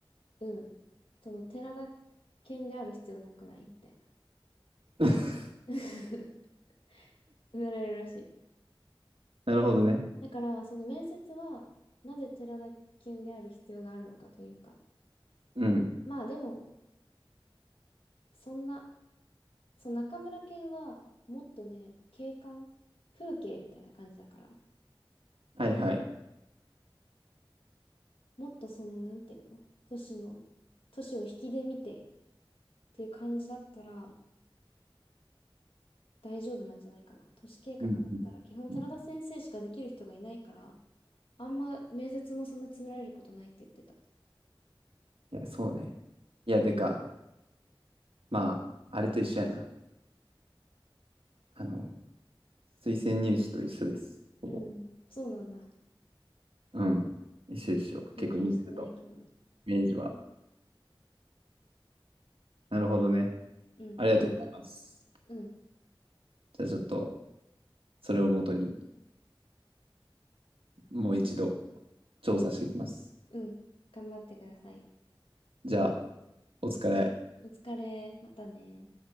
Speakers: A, on the left; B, on the right.
A: うん。その寺田犬である必要なくないみたいな。
B: <laughs>
A: <laughs> 詰められるらしい。
B: なるほどね。
A: だから、その面接は、なぜ寺田犬である必要があるのかというか。
B: うん。
A: まあでも、そんな、その中村犬は、もっとね、景観、風景みたいな感じだから、
B: はいはい。
A: もっとその、なんていうの、都市の、都市を引きで見てっていう感じだったら、大丈夫なんじゃないかな。都市計画だったら、
B: うんうん
A: 基本寺田先生しかできる人がいないから、
B: うん
A: あんま面接もそんな詰められることないって言ってた。
B: いや、そうね。いや、でか、まあ、あれと一緒やな。あの、推薦入試と一緒です。ほぼ。
A: うん、そうなんだ。
B: うん。一緒一緒。
A: 経験してないけど。
B: 結構似てると。イメージは。なるほどね。
A: うん、
B: ありがとうございます。
A: うん、
B: じゃあちょっと、それをもとに、もう一度、調査していきます。
A: うん。頑張ってください。
B: じゃあ、お疲れ。
A: お疲れ。またね。